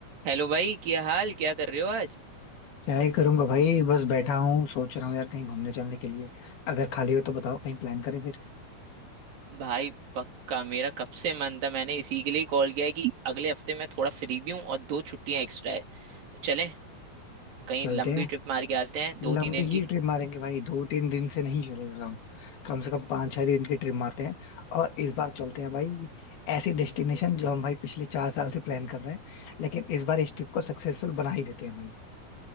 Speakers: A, on the right; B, on the left.
A: Hello भाई क्या हाल क्या कर रहे हो आज
B: क्या ही करूंगा भाई बस बैठा हूँ सोच रहा हूँ यार कहीं घूमने चलने के लिए अगर खाली हो तो बताओ कहीं प्लान करें फिर
A: भाई पक्का मेरा कब से मन था मैंने इसी के लिए कॉल किया है कि अगले हफ्ते मैं थोड़ा फ्री भी हूँ और दो छुट्टियां एक्स्ट्रा है तो चलें कहीं
B: चलते
A: लंबी
B: हैं
A: ट्रिप मार के आते हैं दो
B: लंबी
A: तीन दिन की
B: ही ट्रिप मारेंगे भाई दो तीन दिन से नहीं चलेगा काम कम से कम पाँच छह दिन की ट्रिप मारते हैं और इस बार चलते हैं भाई ऐसी डेस्टिनेशन जो हम भाई पिछले चार साल से प्लान कर रहे हैं लेकिन इस बार इस ट्रिप को सक्सेसफुल बना ही देते हैं भाई